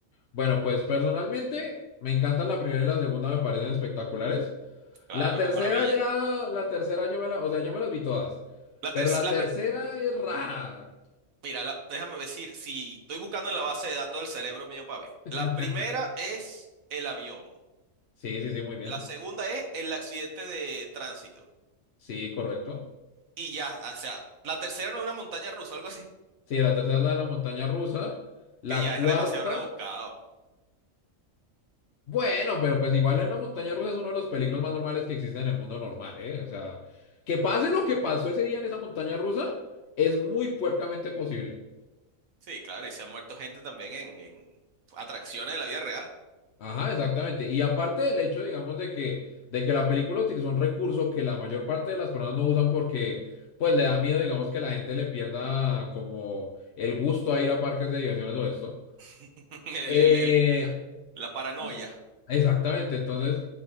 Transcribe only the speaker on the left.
Bueno, pues personalmente me encantan la primera y la segunda, me parecen espectaculares.
La tercera
ya, la tercera yo me la, o sea, yo me las vi todas,
pero la
tercera es rara.
<laughs>
Sí, sí, sí, muy bien.
Sí, correcto.
Sí, la tercera es la de la montaña rusa. La
cuarta,
bueno, pero pues igual en la montaña rusa es uno de los peligros más normales que existen en el mundo normal, ¿eh? O sea, que pase lo que pasó ese día en esa montaña rusa, es muy puercamente posible.
Ajá, exactamente. Y aparte del hecho, digamos, de que, de que la película utilizó un recurso que la mayor parte de las personas no usan porque, pues, le da miedo, digamos, que la gente le pierda como el gusto a ir a parques de diversiones o esto.
Eh,
y- exactamente. Entonces,